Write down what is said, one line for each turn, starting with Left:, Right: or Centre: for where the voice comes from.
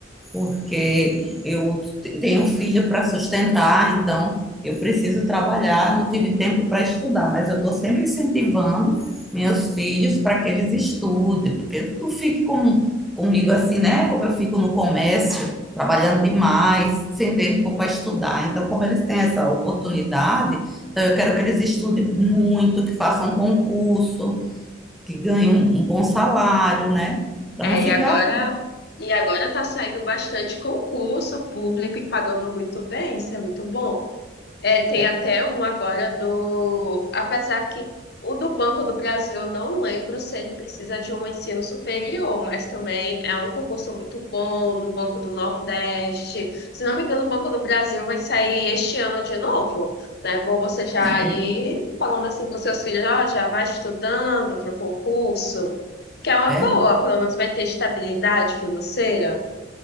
Centre: porque eu te- tenho filha para sustentar, então eu preciso trabalhar, não tive tempo para estudar, mas eu estou sempre incentivando meus filhos para que eles estudem, porque tu fique com, comigo assim, né? Como eu fico no comércio, trabalhando demais, sem tempo para estudar. Então, como eles têm essa oportunidade, então, eu quero que eles estudem muito, que façam um concurso, que ganhem um, um bom salário, né? Para
Left: É,
Centre: não ficar.
Left: e agora, e agora tá saindo bastante concurso público e pagando muito bem, isso é muito bom. É, tem
Centre: É,
Left: até um agora do, apesar que o do Banco do Brasil, eu não lembro se ele precisa de um ensino superior, mas também é um concurso muito bom do Banco do Nordeste. Se não me engano, o Banco do Brasil vai sair este ano de novo, né? Bom, você já
Centre: é,
Left: ir falando assim com seus filhos, ó, já vai estudando para o concurso. Que é uma
Centre: é
Left: boa, pelo menos vai ter estabilidade financeira.